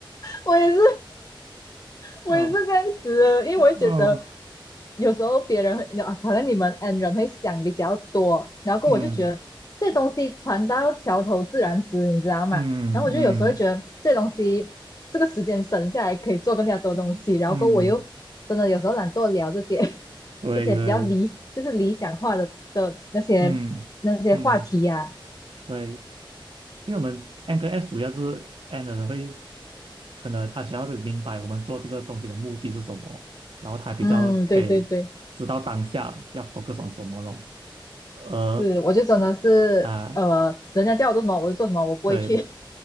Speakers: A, on the left (about 40°); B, on the right (about 75°).
A: 我也是，我也是这样子，
B: <laughs> 啊，
A: 因为我会觉得
B: 哦
A: 有时候别人啊好像你们 N 人会想比较多，然后我就觉得这东西船到桥头自然直，
B: 嗯
A: 你知道吗？
B: 嗯嗯
A: 然后我就有时候会觉得这东西这个时间省下来可以做更加多东西，
B: 嗯嗯，
A: 然后我又真的有时候懒惰聊这些
B: 对对，
A: 这些比较理就是理想化的的那些那些话题呀、
B: 嗯嗯对。因为我们 N 跟 S 主要是 N 的人会，可能他想要的明白我们做这个东西的目的是什么，然后他比较可以知道当下要
A: 嗯，对对对，
B: focus on 什么咯。而
A: 是，我就真的是呃，
B: 呃啊，
A: 人家叫我做什么我就做什么，我不会去
B: 对